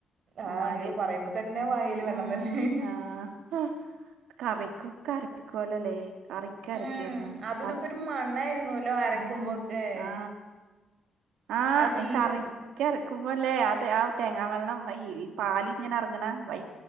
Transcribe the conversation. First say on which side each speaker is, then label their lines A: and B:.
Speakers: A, on the right; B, on the right.
A: ആ
B: ഉ മരെ
A: അയ്യോ പറയുമ്പോ തന്നെ വായേല്
B: ഉ
A: വെള്ളം വരണു
B: ആഹ കറിക്കൊക്കെ അരിക്കുവലല്ലേ കറിക്കരക്കിവായിരുന്നു
A: ഉം അതിനൊക്കെ
B: പ
A: ഒരു മണായിരുന്നുല്ലോ അരക്കുമ്പോക്കെ
B: ആഹ ആ ആഹ
A: ആ ജീര
B: കറിക്ക ഇറക്കുമ്പോല്ലേ ആ തേങ്ങാ വെള്ളം വൈ പാല് ഇങ്ങനെ ഇറങ്ങണ വൈ